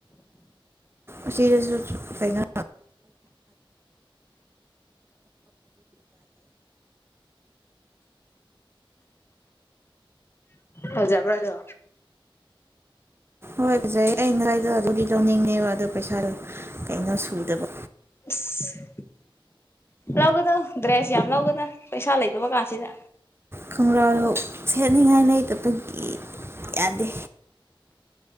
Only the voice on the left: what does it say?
ꯍꯖꯕ꯭ꯔꯗ
ꯑꯁ ꯂꯧꯒꯗꯧ ꯗ꯭ꯔꯦꯁ ꯌꯥꯝ ꯂꯧꯒꯗ ꯄꯩꯁꯥ ꯂꯩꯗꯕ ꯀꯥꯁꯤꯗ